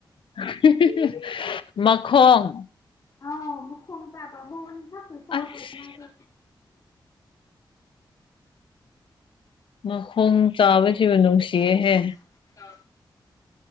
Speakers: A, on the left; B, on the left.
A: <unintelligible> ꯃꯈꯣꯡ꯫
B: ꯑꯧ ꯃꯈꯣꯡ ꯆꯥꯕ ꯃꯋꯨꯟ ꯈꯛꯇ ꯆꯥꯕ
A: ꯑꯁ
B: ꯃꯥꯁꯦ꯫
A: ꯃꯈꯣꯡ ꯆꯥꯕꯁꯤꯕꯨ ꯅꯨꯡꯁꯤꯌꯦꯍꯦ꯫
B: <unintelligible>